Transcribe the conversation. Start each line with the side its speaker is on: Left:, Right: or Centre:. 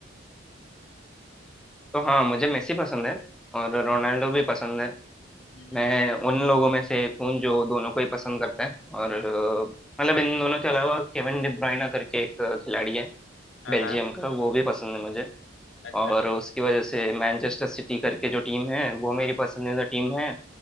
Centre: तो हाँ मुझे मेसी पसंद है और रोनाल्डो भी पसंद है
Left: हम्म हम्म,
Centre: मैं उन लोगों में से एक हूँ जो दोनों को ही पसंद करता है और अ, मतलब इन दोनों के अलावा केविन डी ब्रुयना करके एक खिलाड़ी है
Left: हाँ
Centre: बेल्जियम
Left: हाँ
Centre: का वो भी पसंद है मुझे
Left: अच्छा
Centre: और उसकी वजह से मैनचेस्टर सिटी करके जो टीम है वो मेरी पसंदीदा टीम है